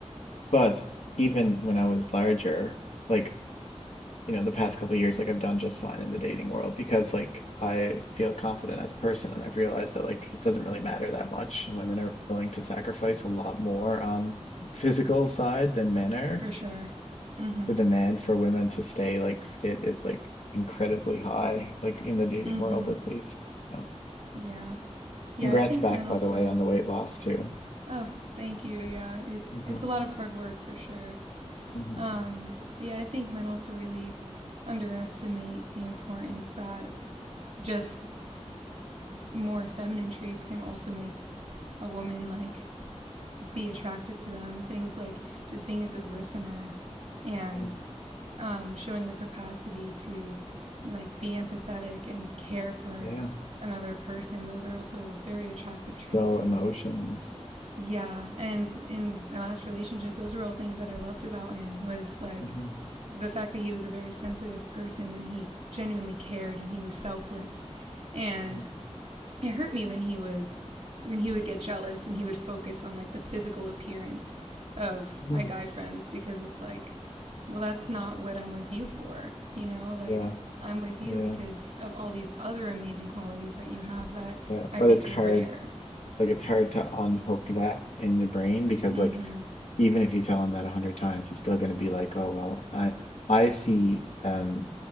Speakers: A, on the left (about 80°); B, on the right (about 70°).
A: but even when I was larger, like you know the past couple of years like I've done just fine in the dating world because like I feel confident as a person and I've realized that like it doesn't really matter that much and women are willing to sacrifice a lot more on physical side than men are.
B: For sure. Mm-hmm.
A: The demand for women to stay like fit is like incredibly high like in the dating
B: Mm-hmm.
A: world at least. So
B: Yeah. Yeah.
A: congrats
B: I think
A: back
B: men
A: by
B: also.
A: the way on the weight loss too.
B: Oh, thank you. Yeah. It's
A: hmm
B: it's a lot of hard work for sure.
A: hmm
B: Um. But yeah, I think men also really underestimate the importance that just more feminine traits can also make a woman like be attracted to them. Things like just being a good listener and
A: hmm
B: um, showing the capacity to like be empathetic and care for
A: Yeah.
B: another person. Those are also very attractive traits.
A: So emotions.
B: And yeah, and in my last relationship, those were all things that I loved about him was like
A: hmm
B: the fact that he was a very sensitive person and he genuinely cared and he was selfless. And
A: hmm
B: it hurt me when he was when he would get jealous and he would focus on like the physical appearance of
A: hmm
B: my guy friends because it's like well that's not what I'm with you for you know like
A: Yeah.
B: I'm with you
A: Yeah.
B: because of all these other amazing qualities that you have that
A: Yeah,
B: I
A: but
B: think
A: it's hard.
B: are rare
A: Like it's hard to unhook that in the brain because
B: mhm
A: like even if you tell him that a hundred times, he's still going to be like, "Oh well, I I see um